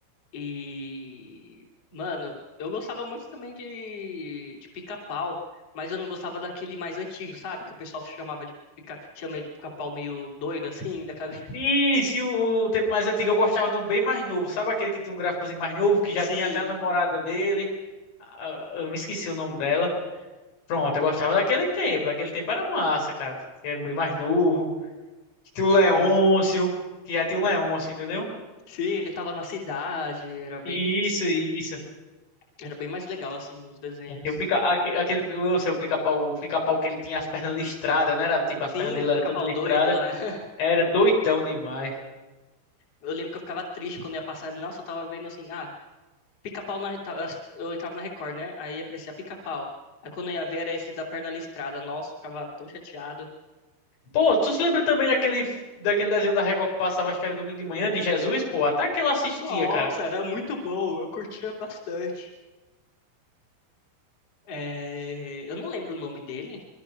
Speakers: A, on the left (about 35°); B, on the left (about 70°).
A: E mano, eu gostava muito também de de pica-pau, mas eu não gostava daquele mais antigo, sabe? Que o pessoal chamava de pica, chama ele de pica-pau meio doido assim, da cabeça. <laughs>
B: Isso, e o, o tempo mais antigo eu gostava do bem mais novo. Sabe aquele que tinha um gráficozinho mais novo, que já
A: Sim,
B: tinha até a namorada dele? Ah, Eu me esqueci o nome dela. Pronto, eu gostava daquele tempo. Daquele tempo era massa, cara. que Era bem mais novo. Que Tinha
A: sim.
B: o Leôncio, que já tinha o Leôncio, entendeu?
A: Sim, ele tava na cidade, era bem
B: Isso, isso.
A: Era bem mais legal, assim, os desenhos.
B: É, Tem o pica, aque- aquele, eu sei, o pica-pau, o pica-pau que ele tinha as pernas listradas, né? Era, tipo, as
A: Sim,
B: pernas dele eram
A: Pica-Pau
B: todas listradas.
A: doido lá. <laughs>
B: Era doidão demais.
A: Eu lembro que eu ficava triste quando ia passar. Nossa, eu tava vendo assim, ah, Pica-Pau na. ta- Eu entrava na Record, né? Aí aparecia Pica-Pau. Aí quando eu ia ver era esse da perna listrada. Nossa, eu ficava tão chateado.
B: Pô, tu se lembra também daquele, daquele desenho da Record que passava, acho que era domingo de manhã, de Jesus? Pô, até que eu assistia,
A: Nossa,
B: cara.
A: era muito bom. Eu curtia bastante. É, Eu não lembro o nome dele,